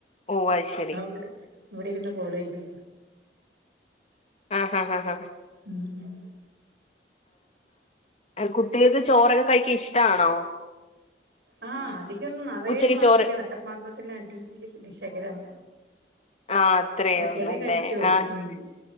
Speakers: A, on the left; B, on the right.
A: ഓഹ് അത് ശരി
B: വിടെ ഇവിടെ ഇന്ന് കോളയ്യും
A: ആഹ് ആഹ് ഹാ
B: ഉം ഉം
A: ആഹ് കുട്ടികൾക്ക് ചോറൊക്കെ കഴിക്കാ ഇഷ്ടമാണോ
B: ആഹ് അധികൊന്നും നിറയൊന്നും
A: ഉച്ചക്ക്
B: ആക്കല
A: ചോറ്
B: വട്ടപ്പാത്രത്തി അടില ശകരം
A: ആഹ് അത്രേ
B: ശഖര
A: ഉള്ളല്ലേ
B: കഴിക്കോ
A: ആഹ്
B: ഉം